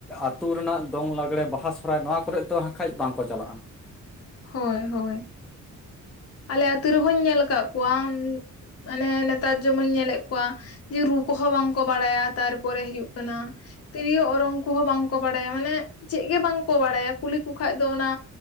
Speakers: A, in the centre; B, on the left.
A: ᱟᱹᱛᱩ ᱨᱮᱱᱟᱜ ᱫᱚᱝ ᱞᱟᱜᱽᱲᱮ ᱵᱟᱦᱟ ᱥᱚᱨᱚᱦᱟᱭ ᱱᱚᱣᱟ ᱠᱚᱨᱮᱫ ᱫᱚ ᱦᱟᱠᱷᱟᱡ ᱵᱟᱝᱠᱚ ᱪᱟᱞᱟᱜᱼᱟ
B: ᱦᱳᱭ ᱦᱳᱭ ᱟᱞᱮ ᱟᱛᱩ ᱨᱮᱦᱚᱸᱧ ᱧᱮᱞ ᱟᱠᱟᱫ ᱠᱚᱣᱟ ᱢᱟᱱᱮ ᱱᱮᱛᱟᱨ ᱡᱚᱢ ᱦᱚᱧ ᱧᱮᱞᱮᱫ ᱠᱚᱣᱟ ᱡᱮ ᱨᱩ ᱠᱚᱦᱚᱸ ᱵᱟᱝᱠᱚ ᱵᱟᱲᱟᱭᱟ ᱛᱟᱨᱯᱚᱨᱮ ᱦᱩᱭᱩᱜ ᱠᱟᱱᱟ ᱛᱤᱨᱭᱳ ᱚᱨᱚᱝ ᱠᱚᱦᱚᱸ ᱵᱟᱝ ᱠᱚ ᱵᱟᱲᱟᱭᱟ ᱢᱟᱱᱮ ᱪᱮᱫ ᱜᱮ ᱵᱟᱝᱠᱚ ᱵᱟᱲᱟᱭᱟ ᱠᱩᱞᱤ ᱠᱚ ᱠᱷᱟᱡ ᱫᱚ ᱚᱱᱟ